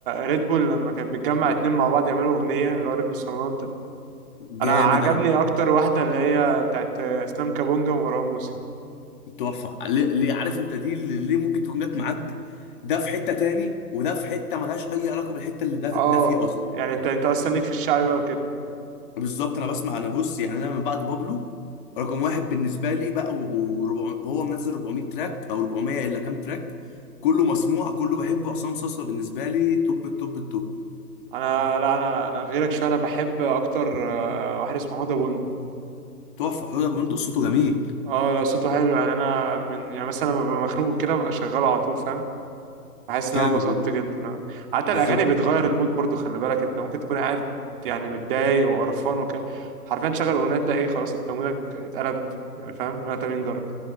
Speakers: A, on the right; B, on the left.
A: ريد بول لما كانت بتجمع اتنين مع بعض يعملوا اغنية اللي هو ريد بول صالونات ده
B: جامد
A: انا عجبني
B: انا
A: اكتر واحدة اللي هي بتاعت اسلام كابونجا ومروان موسى
B: تحفة ليه, ليه عارف انت دي اللي ليه ممكن تكون جت معاك ده في حتة تاني وده في حتة ملهاش أي علاقة بالحتة اللي ده
A: اه
B: ده فيه أصلا
A: يعني انت انت اصلا ليك في الشعبي بقى وكده
B: بالظبط أنا بسمع أنا بص يعني أنا من بعد بابلو رقم واحد بالنسبة لي بقى و- وربع هو منزل 400 تراك أو 400 إلا كام تراك كله مسموع كله بحبه عصام صاصا بالنسبة لي توب التوب التوب
A: انا لا انا انا غيرك شويه انا بحب اكتر آه، واحد اسمه حوده بندق
B: تحفة حوده بندق صوته جميل
A: اه لا صوته حلو يعني انا من يعني مثلا لما ببقى مخنوق وكده ببقى شغاله على طول فاهم بحس
B: جامد
A: ان انا انبسطت جدا اه حتى
B: بالظبط
A: الاغاني بتغير المود برضو خلي بالك انت ممكن تكون قاعد يعني متضايق وقرفان وكده حرفيا تشغل اغنيه تلاقي خلاص انت مودك اتقلب فاهم 180 درجه